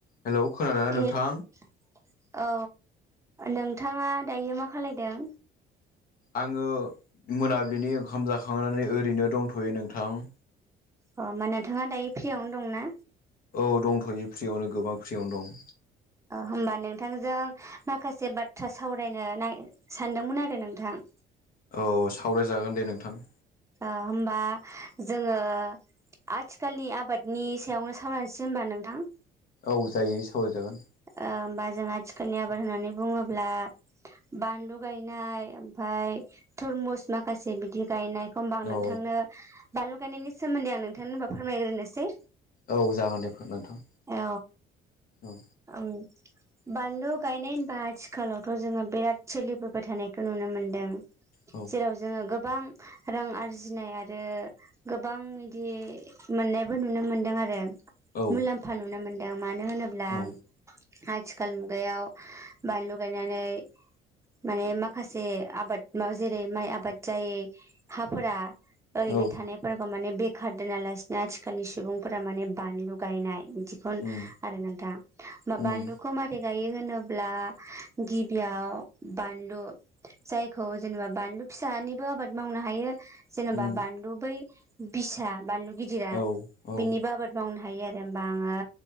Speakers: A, on the left (about 55°); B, on the right (about 15°).
A: हेलौ खोनादोंना
B: हेल
A: नोंथां
B: औ नोंथाङा दायो मा खालायदों?
A: आङो मोनाबिलिनि ओंखाम जाखांनानै ओरैनो दंथ'यो नोंथां।
B: अह होमबा नोंथाङा दायो फ्रियावनो दंना?
A: औ दंथ'यो फ्रियावनो गोबां फ्रियावनो दं।
B: होमबा नोंथांजों माखासे बाथ्रा सावरायनो सानदोंमोन आरो नोंथां।
A: औ सावरायजागोन दे नोंथां।
B: होमबा जोङो आथिखालनि आबादनि सायावनो सावरायसै होनबा नोंथां।
A: औ जायो सावरायजागोन।
B: होमबा जोंहा थिखोननि आबाद होननानै बुङोब्ला बानलु गायनाय ओमफाय थरमुस माखासे बिदि गायनाय होमबा आं नोंथांनो
A: औ
B: बानलु गायनायनि सोमोन्दै आं नोंथांनो होनबा फोरमायग्रोनोसै।
A: औ जागोन दे नोंथां
B: औ
A: औ।
B: <inaudible> बानलु गायनाय होनबा आथिखालावथ' जोङो बिराद सोलिबोबाय थानायखौ नुनो मोनदों।
A: औ।
B: <unintelligible> जोङो गोबां रां आरजिनाय आरो गोबां इदि मोननायबो नुनो मोनदों आरो
A: औ
B: मुलाम्फा नुनो मोन्दों मानो होनोब्ला
A: औ
B: आथिखाल मुगायाव बानलु गायनानै माने माखासे आबाद मावाव जेरै माइ आबाद जायै हाफोरा ओरैनो
A: औ
B: थानायफोरखौ माने बेखार दोनालासिनो आथिखालनि सुबुंफोरा माने बानलुगायनाय इदि <unintelligible>
A: उम
B: आरो नोंथां मा बानलुखौ
A: उम
B: मारै गायो होनोब्ला गिबियाव बानलु जायखौ जेनेबा बानलु फिसानिबो आबाद मावनो हायो जेनेबा
A: उम
B: बानलु बै बिसा बानलु गिदिरा
A: औ औ
B: बिनि बो आबाद बावनो हायो आरो ओमबा आङो